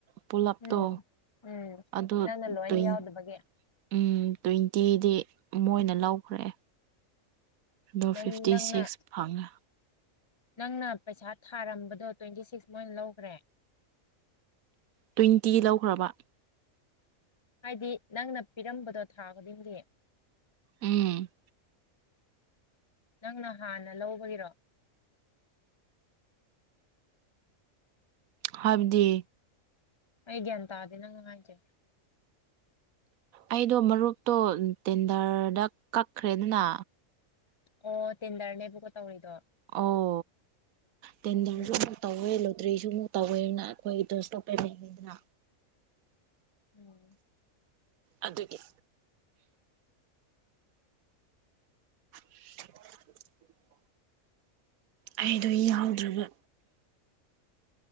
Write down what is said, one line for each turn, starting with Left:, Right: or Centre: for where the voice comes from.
Right: ꯄꯨꯂꯞꯇꯣ
Left: ꯎꯝ ꯎꯝ
Right: ꯑꯗꯨ
Left: ꯅꯪꯅ ꯂꯣꯏ
Right: ꯇꯋ‌ꯦꯟ
Left: ꯌꯥꯎꯗꯕꯒꯤ
Right: ꯎꯝ ꯇ꯭ꯋꯦꯟꯇꯤꯗꯤ ꯃꯣꯏꯅ ꯂꯧꯈ꯭ꯔꯦ ꯑꯗꯣ
Left: ꯅꯪ
Right: ꯐꯤꯐꯇꯤ
Left: ꯅꯪꯅ
Right: ꯁꯤꯛꯁ ꯐꯪꯉꯦ
Left: ꯅꯪꯅ ꯄꯩꯁꯥ ꯊꯥꯔꯝꯕꯗꯣ ꯇ꯭ꯋꯦꯟꯇꯤ ꯁꯤꯛꯁ ꯃꯣꯏꯅ ꯂꯧꯈ꯭ꯔꯦ
Right: ꯇ꯭ꯋꯦꯟꯇꯤ ꯂꯧꯈ꯭ꯔꯕ
Left: ꯍꯥꯏꯗꯤ ꯅꯪꯅ ꯄꯤꯔꯝꯕꯗꯣ ꯊꯥ ꯈꯨꯗꯤꯡꯒꯤ
Right: ꯎꯝ
Left: ꯅꯪꯅ ꯍꯥꯟꯅ ꯂꯧꯕꯒꯤꯔꯣ
Right: ꯍꯥꯏꯕꯗꯤ
Left: ꯑꯩ ꯒ꯭ꯌꯥꯟ ꯇꯥꯗꯦ ꯅꯪꯅ ꯍꯥꯏꯁꯦ
Right: ꯑꯩꯗꯣ ꯃꯔꯨꯞꯇꯣ ꯇꯦꯟꯗꯔꯗ ꯀꯛꯈ꯭ꯔꯦꯗꯅ
Left: ꯑꯣ ꯇꯦꯟꯗꯔꯅꯦꯕꯀꯣ ꯇꯧꯔꯤꯗꯣ
Right: ꯑꯣ ꯇꯦꯟꯗꯥꯔ
Left: ꯎꯝ
Right: ꯁꯨ ꯇꯧꯋꯦ ꯂꯣꯏꯇ꯭ꯔꯤꯁꯨ ꯑꯃꯨꯛ ꯇꯧꯋꯦꯅ ꯑꯩꯈꯣꯏꯒꯤꯗꯣ ꯗ꯭ꯔꯁꯇꯣꯄ <inaudible> ꯂꯩꯉꯗꯅ
Left: ꯎꯝ
Right: ꯑꯗꯨꯒꯤ <inaudible> ꯑꯩꯗꯣ ꯌꯥꯎꯗ꯭ꯔꯕ